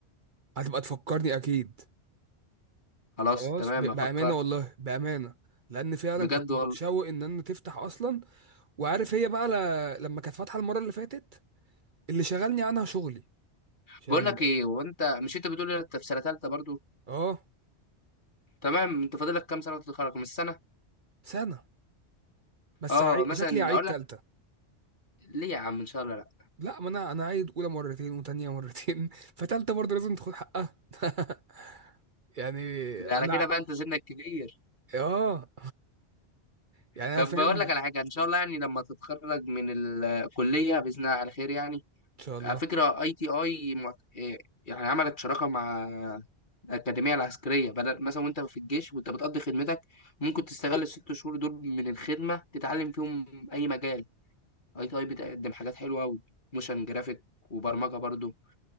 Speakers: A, on the right; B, on the left.
A: هتبقى تفكرني اكيد
B: خلاص
A: خلاص
B: تمام
A: ب-
B: افكر
A: بأمانة والله بأمانة لان فعلا
B: بجد
A: كنت
B: والله
A: متشوق ان انا تفتح اصلا وعارف هي بقى ل... لما كانت فاتحة المرة اللي فاتت اللي شغلني عنها شغلي عشان
B: بقول لك ايه وانت مش انت بتقول انت في سنه ثالثه برضو
A: اه
B: تمام انت فاضل لك كام سنه وتتخرج من السنه
A: سنة بس
B: اه
A: عي...
B: مثلا
A: شكلي عيد
B: اقول
A: تالتة
B: لك ليه يا عم ان شاء الله لا
A: لا ما انا انا عايد اولى مرتين وتانية مرتين <laughs> فتالتة برضه لازم تاخد حقها <laughs> يعني
B: ده
A: انا
B: على كده
A: ع-
B: بقى انت سنك كبير
A: اه يعني انا
B: طب
A: فاهم
B: بقول
A: ان
B: لك على حاجه ان شاء الله يعني لما تتخرج من الكليه باذن الله على خير يعني
A: شاء الله
B: على فكره اي تي اي يعني عملت شراكه مع الأكاديمية العسكرية بدل مثلا وأنت في الجيش وأنت بتقضي خدمتك ممكن تستغل الست شهور دول من الخدمة تتعلم فيهم أي مجال اي تي اي بتقدم حاجات حلوه قوي موشن جرافيك وبرمجه برضو